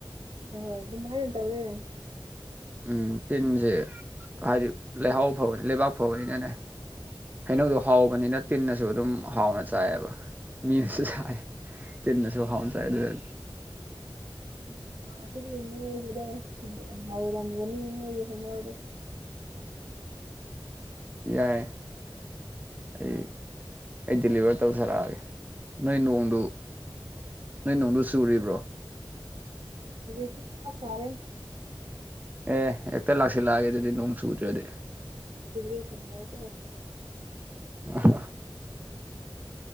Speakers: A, on the right; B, on the right.
A: ꯍꯣꯏ ꯑꯗꯨꯃꯥꯏꯅ ꯇꯧꯋꯦ
B: ꯎꯝ ꯇꯤꯟꯇꯦ ꯍꯥꯏꯗꯤ ꯂꯩꯍꯥꯎ ꯐꯕꯅꯤ ꯂꯩꯕꯥꯛ ꯐꯕꯅꯤꯅꯅꯦ ꯍꯩꯅꯧꯗꯣ ꯍꯥꯎꯕꯅꯤꯅ ꯇꯤꯟꯅꯁꯨ ꯑꯗꯨꯝ ꯍꯥꯎꯅ ꯆꯥꯏꯑꯌꯦꯕ ꯃꯤꯅꯁꯨ ꯆꯥꯏ ꯇꯟꯅꯁꯨ ꯍꯥꯎꯅ ꯆꯥꯏ ꯑꯗꯨꯅꯅꯤ
A: ꯅꯣꯡ ꯆꯕꯒꯤ ꯅꯣꯏꯒꯤꯗꯣ ꯉꯏꯔꯝꯒꯅꯤ ꯅꯣꯏꯒꯤ ꯍꯩꯅꯧꯗꯣ
B: ꯌꯥꯏ ꯑꯩ ꯑꯩ ꯗꯤꯂꯤꯚꯔ ꯇꯧꯊꯔꯛꯑꯒꯦ ꯅꯣꯏ ꯅꯣꯡꯗꯨ ꯅꯣꯏ ꯅꯣꯡꯗꯨ ꯆꯨꯔꯤꯕ꯭ꯔꯣ
A: ꯍꯧꯖꯤꯛꯇꯤ ꯈ ꯐꯔꯦ
B: ꯑꯦ ꯍꯦꯛꯇ ꯂꯥꯛꯁꯤꯜꯂꯛꯑꯒꯦ ꯑꯗꯨꯗꯤ ꯅꯣꯡ ꯆꯨꯗ꯭ꯔꯗꯤ
A: ꯗꯤꯂꯤꯕ꯭ꯔꯤ ꯇꯝ ꯌꯥꯎꯒꯣ
B: ꯑ